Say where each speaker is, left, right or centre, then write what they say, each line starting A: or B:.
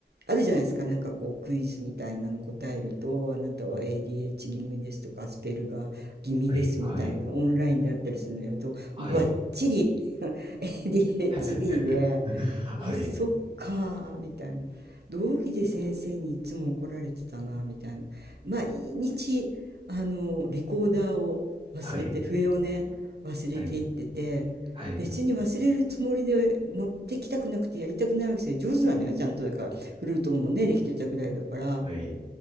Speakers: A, on the right; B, on the right.
A: あるじゃないですか、なんかこうクイズみたいなの答えると、あなたは ADH 気味ですとか、アスペルガー気味ですみたいなオンラインであったりするのやると、
B: はい、はい、はい、
A: バッチリ <laughs> ADHD
B: <laughs>
A: で、
B: はい、
A: あそっかーみたいな道義で先生にいつも怒られてたなみたいな毎日あのリコーダーを忘れて笛をね忘れていってて別に忘れるつもりで持ってきたくなくてやりたくないわけですよ上手なのよちゃんとだからフルートもねできてたぐらいだから
B: はい、はい、はい。はい。